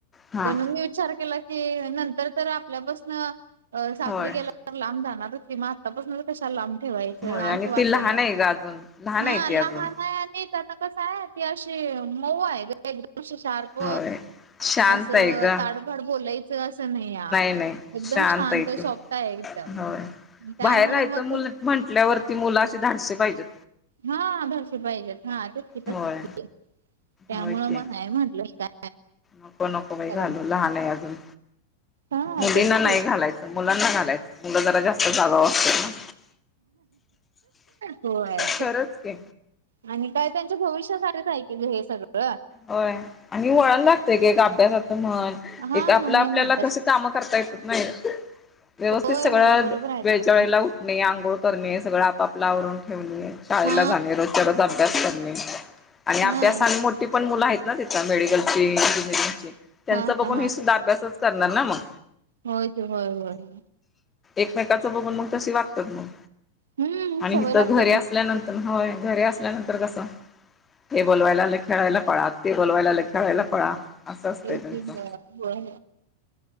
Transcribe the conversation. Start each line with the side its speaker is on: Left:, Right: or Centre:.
Left: हा
Right: पण मी विचार केला- ते नंतर तर आपल्यापासन सासरीे
Left: होय
Right: गेला तर लांब जाणारच की. आतापासून कशाला लांब ठेवायचं
Left: होय आणि
Right: असं वाटाला
Left: ती लहान
Right: लागल
Left: आहे ग अजून लहान
Right: हा
Left: आहे ती
Right: लहान
Left: अजून
Right: आहे आणि- य त अशी मऊ आहे एकदम शाप
Left: होय. शांत
Right: अस तड
Left: आहे ग
Right: <inaudible> धडधड बोलायचं असं नाही या
Left: नाही
Right: एकदम शांत
Left: आहे ती
Right: सोपता आहे एकदम,
Left: होय.
Right: त्यामुळं
Left: बाहेर राहायचं
Right: मग
Left: मुल म्हंटल्यावरती मुलाचेे धाडसे पाहिजेत.
Right: हा धाडसी पाहिजेत हा तेकी
Left: होय.
Right: त्यामु
Left: होय
Right: मग
Left: की
Right: नाही म्हटलं काय.
Left: नको नको बाही
Right: करा
Left: घालू लहान आहे अजून
Right: हा
Left: मुलींना
Right: तेच की
Left: नाही घालायचं. मुलांना घालायच मुलं जरा जास्त जागा असते ना
Right: होय
Left: खरंच की
Right: आणि काय त्यांच्या भविष्यासाठीच ऐक हे सगळं
Left: होय आणि वळण लागतय क एक अभ्यासाचं म्हण
Right: हा
Left: एक
Right: हा
Left: आपलं
Right: मेन
Left: आपल्याला
Right: अभ्यास
Left: कस काम करता येत नाही व्यवस्थित
Right: होय
Left: सगळं
Right: होय बरोबर आहे
Left: व
Right: ते
Left: वेळेला
Right: पण
Left: उठणे आंघोळ करणे सगळं आपापला आवरून ठेवणे शाळेला
Right: हा
Left: जाणे रोजच्या रोज- अभ्यास करणे आणि अभ्यास
Right: हा.
Left: आणि मोठ- ती पण मुलं आहेत ना तिथं मेडिकल ची इंजिनिअरिंगची त्यांचा
Right: हा
Left: बघून
Right: हा
Left: हे सुद्धा अभ्यासच करणार ना मग.
Right: होच होय होय हो
Left: एकमेककाचं बघून मग त वागतात मग.
Right: हम्म
Left: आणि
Right: सवय
Left: इथं
Right: लागते
Left: घरी
Right: एकमेकांची.
Left: असल्यानंतर हय घरी अस- आपल्यानंतर कस हे बोलवायला आले खेळायला पळा ते बोलवायला आले खेळायला पळा. असं असतंय
Right: ते
Left: त्यांचं.
Right: हो हो